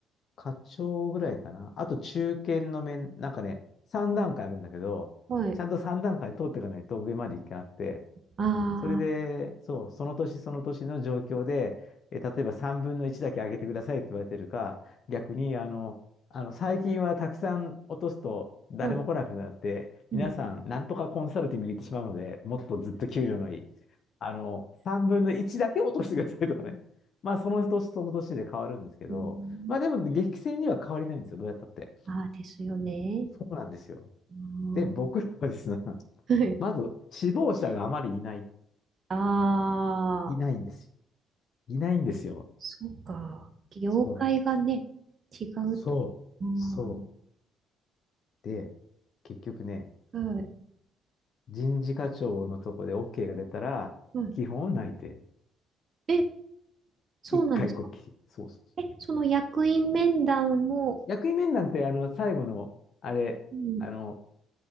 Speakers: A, on the left; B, on the right.
A: 課長ぐらいかな、あと中堅の面、なんかね、3段階あるんだけど、
B: はい
A: ちゃんと3段階通っていかないと上までいけなくて、
B: ああ、
A: それで、
B: ああ。
A: そう、その年その年の状況で、えー例えば3分の1だけ上げてくださいって言われてるか、逆に、あの、あの最近はたくさん落とすと誰も来なくなって、
B: うん。
A: 皆さん、
B: うん。
A: なんとかコンサルティングに行ってしまうので、もっとずっと給料のいい。あの、3分の1だけ落としてくださいとかね。<laughs> まあ、その年その年で変わるんですけど、
B: うん。
A: まあ、でも、激戦には変わりないんですよ、どうやったって。
B: ああ、ですよね。
A: そうなんですよ。
B: う
A: で、僕らはですね、
B: ん。
A: <laughs>
B: <laughs>
A: まず、死亡者があまりいない、
B: あーあ、
A: いないんですよ。いないんですよ。
B: そうか。業界がね、
A: そうなんです。
B: 違うと。
A: そう、
B: うん。
A: そ
B: は
A: う。で、結局ね、
B: い。
A: 人事課長のとこで OK が出たら、
B: はい。
A: 基本内定。
B: え、そうなんですか。
A: 一回こっきり。そうそうそう。
B: え、その役員面談も、
A: 役員面談って、あの、最後の、あれ、
B: うん。
A: あの、